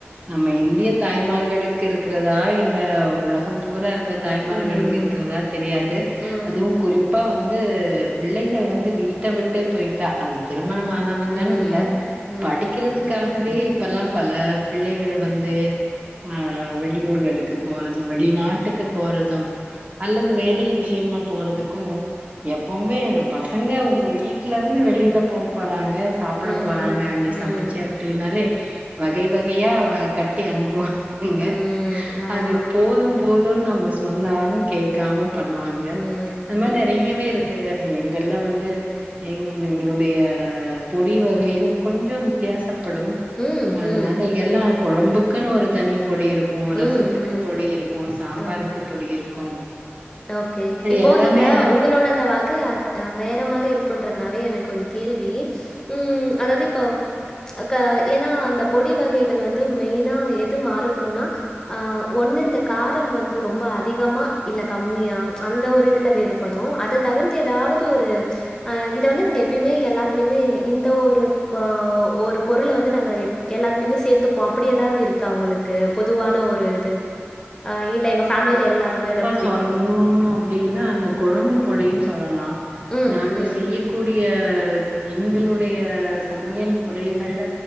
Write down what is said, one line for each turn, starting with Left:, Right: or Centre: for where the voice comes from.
Right: நம்ம இந்தியத் தாய்மார்களுக்கு இருக்கிறதா இல்ல உலகம் பூரா இருக்க தாய்மார்களுக்கு
Left: ம் ம்
Right: இருக்கிறதாத் தெரியாது
Left: ம் ம் ம்
Right: அதுவு குறிப் இப்ப வந்து பிள்ளைகள் வந்து வீட்ட விட்டு போயிட்டா அது திருமணமானம் னங்னுல்ல
Left: ம் ம்
Right: படிக்கில் இதுக்காகவே இப்பலாம் பல பிள்ளைகள் வந்து ஆ வெளியூர்களுக்கு போறது வெளிநாட்டுக்குப் போறதும் அல்லது வேலை விஷ்யமா போறதுக் க்கு எப்பவுமே பசங்க வு வீட்லருந்து வெளிலப் போப் போறாங்கச் சாப்பிட
Left: ம் ம்
Right: போறாங்க அங்கே
Left: ம்
Right: சமைச்சே அப்டினாலே வகை வகையா கட்டி அனுப்புவாங்க
Left: ம் ஆமா
Right: அது போதும் போதுன் நம்ம சொன்னாலும் கேக்காம பண்ணுவாங்க
Left: ம்
Right: அந் மாரி நெறைய் யவே இருக்குங்க எங்கல்லா வந்து எங்களுடைய பொடி வகைகள் கொஞ்சம் வித்தியாசப்படும்
Left: ம்
Right: அதனால
Left: ம்
Right: எல்லா கொழம்புக்குனு ஒரு தனி பொடி இருக்கு
Left: ம்
Right: ரசத்துக்கு
Left: ம்
Right: பொடி இருக்கு சாம்பாருக்குப்
Left: ஆ
Right: பொடி இருக்கு
Left: ஓகே...
Right: அது
Left: இப்போ
Right: எல்லாமே
Left: நீங்க உங்களோட் டந்த வகை அத் அ வேற மாரி இருக்குன்றதனால எனக்கு ஒரு கேள்வி. ம்.... அதாவது இப்போ க எனா அந்தப் பொடி வகைகள் வந்து மெய்னா எது மாறுபடுன்னா அ ஒன்னு இந்த காரம் வந்து ரொம்ப அதிகமா, இல்லக் கம்மியா அந்த ஒரு இதுல வேறுபடு அதத் தவிர்த்து எதாவது ஒரு... அ இத வந்து நாங்க எப்பியுமே எல்லாத்லியுமே இந்த, ஒருப்ப ஒருப் பொருள வந்து நாங்க எப் எல்லாத்லியுமே சேத்துப்போ அப்டி எதாவது இருக்கா உங்களுக்கு பொதுவான ஒரு இது.
Right: <inaudible>
Left: ஆ இல்ல எங்க ஃபேமிலில எல்லாருமே இதப்..
Right: சொன்னோ அப்டினா அந்த கொழம்பு பொடின் சொல்லலா
Left: ம்
Right: நாங்க
Left: ம்
Right: செய்யக் கூடிய எங்களுடைய சமையல் முறைகள்ல